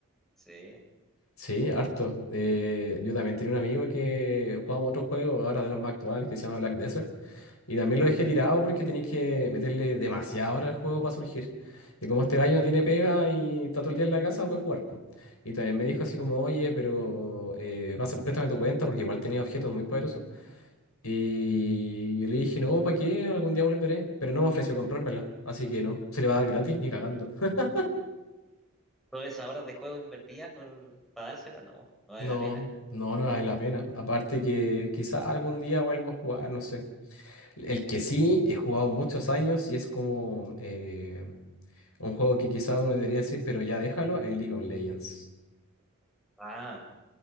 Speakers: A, in the centre; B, on the left.
A: Sí.
B: Sí, harto. Eh, yo también tenía un amigo que jugaba otro juego ahora de los más actuales que se llama Black Desert. Y también lo dejé tirado porque tenéis que meterle demasiada hora al juego para surgir. Y como este gallo no tiene pega y está todo el día en la casa, puede jugar, po. Y también me dijo así como, oye, pero eh, pasa- préstame tu cuenta porque igual tenía objetos muy poderosos. Y yo le dije, no, ¿para qué? Algún día volveré. Pero no me ofreció comprármela. Así que no, se le va a dar gratis, ni cagando. <laughs>
A: Todas esas horas de juego invertidas por, para dársela, no, no vale
B: No,
A: la pena.
B: no, no vale la pena. Aparte que quizá algún día vuelva a jugar, no sé. El que sí, he jugado muchos años y es como eh, un juego que quizá uno debería decir, pero ya déjalo, el League of Legends.
A: Ah,